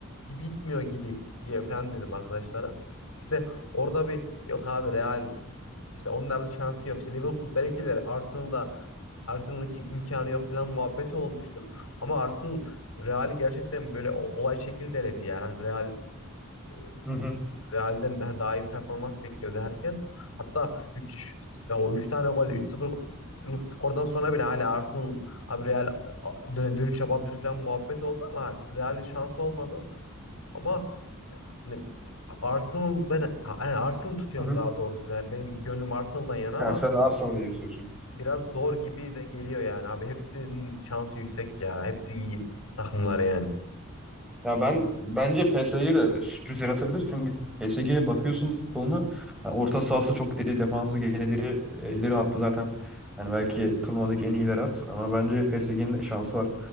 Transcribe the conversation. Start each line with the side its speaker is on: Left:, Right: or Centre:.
Left: gibi gitmiyor gibi diye falan dedim arkadaşlara. İşte orada bir yok abi Real işte onların şansı yok. İşte Liverpool belki de Arsenal'da Arsenal için imkanı yok falan muhabbeti olmuştu. Ama Arsenal Real'i gerçekten böyle o- olay şekilde eledi yani. Hani Real e,
Centre: Hı hı.
Left: Real'den hani daha iyi performans bekliyordu herkes. Hatta 3 o üç tane gol üç 0lık skordan sonra bile hala Arsenal abi Real a, dön- dönüş yapabilir falan muhabbet oldu ama Real'in şansı olmadı. Ama hani Arsenal ben yani Arsenal tutuyorum
Centre: Hı hı.
Left: daha doğrusu. Ben benim gönlüm Arsenal'dan yana ama
Centre: Ya sen Arsenal'ı yapıyorsun.
Left: biraz zor gibi de geliyor yani abi. Hepsinin şansı yüksek ya. Hepsi iyi takımlar yani.
Centre: Ya ben bence PSG'ye de sürpriz yaratabilir. Çünkü PSG'ye bakıyorsun futboluna. yani orta sahası çok diri, defansı gene diri. E, ileri hattı zaten. Hani belki turnuvadaki en iyiler at. Ama bence PSG'nin şansı var.